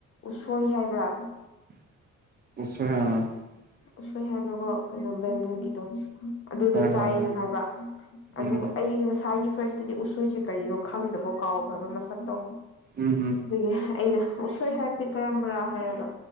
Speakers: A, on the left; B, on the right.
A: ꯎꯁꯣꯏ ꯍꯥꯏꯕ꯭ꯔꯥ
B: <unintelligible>
A: ꯎꯁꯣꯏ ꯍꯥꯏꯕ꯭ꯔꯕꯣ ꯀꯩꯅꯣ ꯕꯦꯝꯕꯨꯒꯤꯗꯣ
B: ꯍꯣꯏ
A: ꯑꯗꯨ ꯆꯥꯏꯑꯦꯅ
B: ꯍꯣꯏ ꯍꯣꯏ
A: ꯍꯥꯏꯕ
B: ꯎꯝ
A: ꯑꯗꯨ ꯑꯩ ꯉꯁꯥꯏꯒꯤ ꯐꯔꯁꯇꯗꯤ ꯎꯁꯣꯏꯁꯦ ꯀꯔꯤꯅꯣ ꯈꯪꯗꯕ ꯀꯥꯎꯈ꯭ꯔꯕ ꯃꯁꯛꯇꯣ
B: ꯎꯝ ꯎꯝ
A: ꯗꯨꯒꯤ ꯑꯩꯅ ꯎꯁꯣꯏ ꯍꯥꯏꯕꯗꯤ ꯀꯔꯝꯕꯔꯥ ꯍꯥꯏꯔꯒ